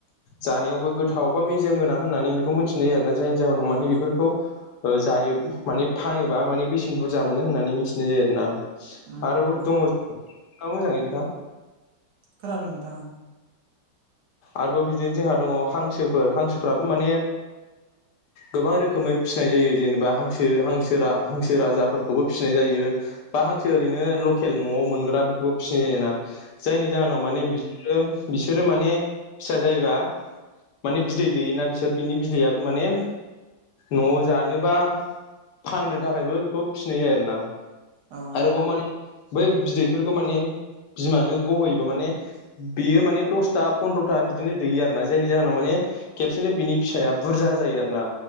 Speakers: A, on the left; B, on the right.
A: जानायावबो गोथाव बा मेजेम गोनां होननानै बेखौ मिथिनाय जायो आरोना जायनि जाहोनाव माने बेफोरखौ जायो माने फानोबा माने बेसेन बुरजा मोनो होननानै मिथिनाय जायो आरो ना।
B: उम
A: आरोबाव दंङो औ मोजाङैनो नोंथां
B: खोनादों नोंथां ओं
A: आरोबाव बिदिनो जोंहा दंङ हांसोफोर हांसोफ्राबो माने
B: <inaudible>
A: गोबां रोखोमै फिसिनाय जायो जेनेबा हांसो हांसो रा हांसो राजाफोरखौबो फिसिनाय जायो। बा हांसो ओरैनो लकेल न'आव मोनग्रा बेखौबो फिसिनाय जायो ना। जायनि जाहोनाव माने बिसोरो बिस बिसोरो माने फिसा जायोबा माने बिदै दैयोना बिसोर बिनि बिदैयाबो माने न'आव जानोबा फाननो थाखायबो बेखौ फिनाय जायो आरो ना।
B: ओं
A: आरोबाव माने बै बिदैफोरखौ माने बिमानो गहोयोबा माने बेयो माने द सथा पन्द्र'था बिदिनो दैयो आरो ना जायनि जाहोनाव माने खेबसेनो बिनि फिसाया बुरजा जायो आरो ना